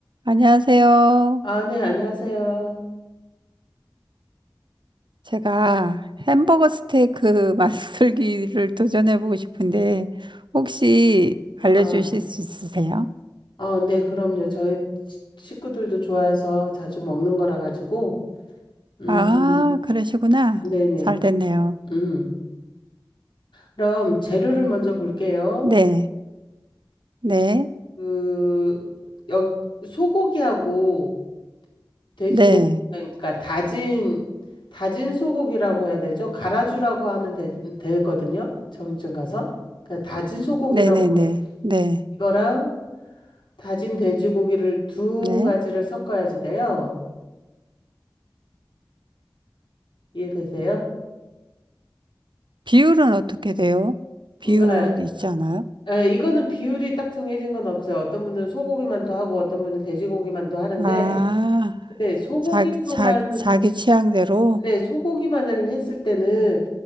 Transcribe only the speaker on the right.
안녕하세요.
제가 햄버거 스테이크 <laughs> 만들기를 도전해보고 싶은데, 혹시 알려주실
수 있으세요?
아, 그러시구나.
잘 됐네요.
네, 네,
네,
네네네, 네, 네.
네,
네.
비율은 어떻게 돼요? 비율
있잖아요.
아,
자, 자, 자기 취향대로?